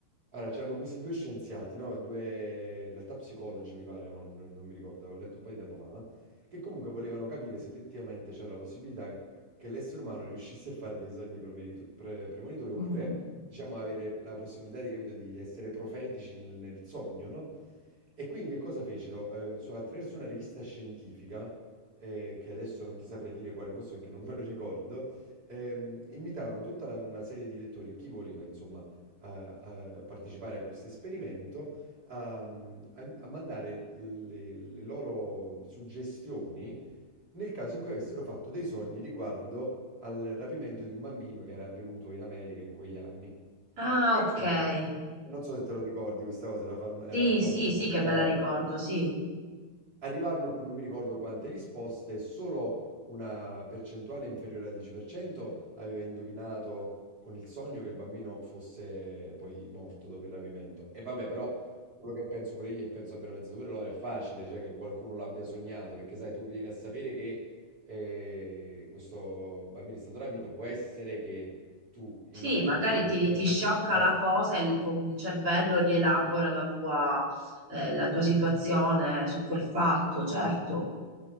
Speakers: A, on the right; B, on the right.
A: allora, c'erano questi due scienziati, no? Due, in realtà psicologi mi pare, ma non, non mi ricordo, avevo letto un po' di tempo fa, eh, Che comunque volevano capire se effettivamente c'era la possibilità che l'essere umano riuscisse a fare dei sogni promerito- pre- premonitori, oppure,
B: Mm.
A: diciamo, avere la possibilità di, capito, di essere profetici nel, nel sogno, no? E quindi che cosa fecero? Eh, su- attraverso una rivista scientifica, eh, che adesso non ti saprei dire quale fosse perché non me lo ricordo, ehm, invitarono tutta la- una serie di lettori, chi voleva, insomma a, a partecipare a questo esperimento, a, a- a mandare le, le loro suggestioni nel caso in cui avessero fatto dei sogni riguardo al rapimento di un bambino che era avvenuto in America in quegli anni.
B: Ah,
A: E
B: ok.
A: insomma,
B: Eh,
A: non so se te lo ricordi, questa cosa era, fam- era
B: Sì,
A: famosa.
B: sì, sì, che
A: Eh,
B: me la ricordo, sì.
A: Arrivarono, non mi ricordo quante risposte, solo una percentuale inferiore al 10% aveva indovinato con il sogno che il bambino fosse poi morto dopo il rapimento. E vabbè, però quello che penso pure io e penso abbiano pensato pure loro è facile, cioè che qualcuno l'abbia sognato, perché sai, tu vieni a sapere che eh, questo bambino è stato rapito, può essere che tu immagini...
B: Sì, magari ti, ti sciocca
A: Eh.
B: la cosa e il, con il cervello rielabora la tua, eh, la tua situazione su quel fatto, certo.